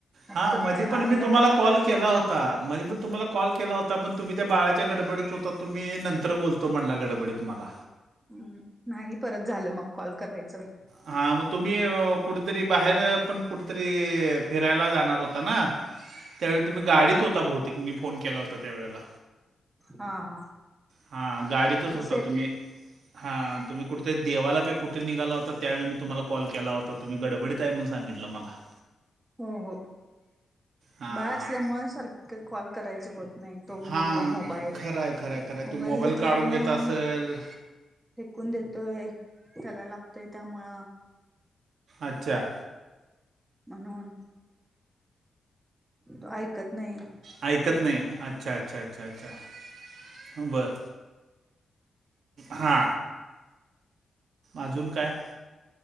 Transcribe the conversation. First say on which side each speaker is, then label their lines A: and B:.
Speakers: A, on the right (about 20°); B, on the right (about 75°).
A: आज
B: हा
A: तर
B: मधी
A: अर्धा
B: पण मी तुम्हाला
A: पाऊन
B: कॉल
A: तास
B: केला
A: झोपला.
B: होता मधी पण तुम्हाला कॉल केला होता पण तुम्ही त्या बाळाच्या गडबडीत होता तुम्ही नंतर बोलतो म्हणला गडबडीत मला
A: हम् नाही परत झालं मग कॉल करायचं
B: हा मग तुम्ही अ कुठेतरी बाहेर पण कुठतरी फिरायला जाणार होता ना त्यावेळी तुम्ही गाडीत होता बहुतेक मी फोन केला होता त्यावेळेला
A: हा हा
B: हा हा गाडीतच होता
A: असेल
B: तुम्ही हा तुम्ही कुठेतरी देवाला का काय कुठे निघाला होता त्यावेळी मी तुम्हाला कॉल केला होता आता तुम्ही गडबडीत आहे म्हणून सांगितला मला
A: हो हो.
B: हां,
A: बाळ असल्यामुळे सारखं कॉल करायचं होत नाही तो
B: हां.
A: घेतोय मोबाईल
B: खरं आहे, खरं आहे, खरं आहे.
A: मोबाईल
B: तू
A: घेतल्यामूळ
B: काढून घेत असेल.
A: फेकून देतोय त्याला लागतोय त्यामुळं
B: अच्छा
A: म्हणून तो ऐकत नाही.
B: ऐकत नाही अच्छा-अच्छा-अच्छा-अच्छा हा बर हा अजून काय